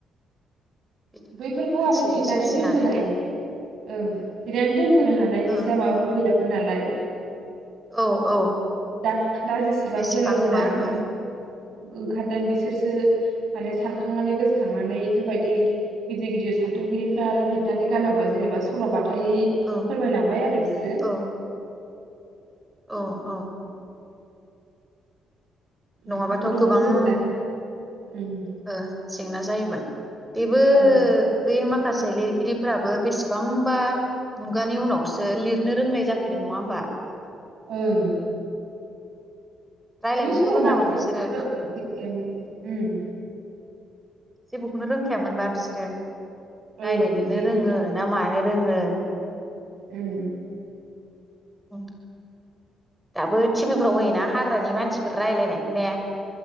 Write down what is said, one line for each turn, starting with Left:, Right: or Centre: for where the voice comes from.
Centre: बेनिफ्रायनो
Right: बैफोरखौ
Centre: मानसि
Right: आरो लिदनानै
Centre: सोरजिनानै
Right: दोनबोनाय
Centre: दा
Right: ओं लिदनानै दोनबोनो हानाय
Centre: औ
Right: बिसा माबाबो गैया। मोन नालाय
Centre: औ औ
Right: दा दा जेसेबां
Centre: बेसेबांबा
Right: गोरों गोरा मानो
Centre: ओं
Right: ओंखारदों बिसोरसो माने सारखांनानै गोसोखांनानै इफोबायदि गिदिर गिदिर सान्थौगिरिफ्रा लिदनानै गालांबाय जेनेबा सल'बाथ थाय फोरमायलांबाय
Centre: औ
Right: आरो बिसोरो।
Centre: औ औ औ नङाबाथ'
Right: बेफोरखौथ'
Centre: गोबां
Right: जों दा ओं
Centre: ओ जेंना जायोमोन। बेबो
Right: ओं
Centre: बे मा खासे लिरगिरिफ्राबो बेसिबां बांबा मुगानि उनाव सो लिरनो रोंनाय जाफैदों। नङा होमबा?
Right: ओं
Centre: रायलायनोबोथ'
Right: बै समाव
Centre: रोङामोन
Right: माने <inaudible>
Centre: बिसोरो
Right: गैखायामोन उम।
Centre: जेबोखौनो रोंखायामोनबा बिसोरो राय्लायनोनो
Right: ओं बिदि
Centre: रोङो
Right: लिरना
Centre: ना मानो रोङो।
Right: ओम
Centre: औ दाबो टिभिफ्राव होयोना हाग्रानि मानसिफोर रायलायनायखो ने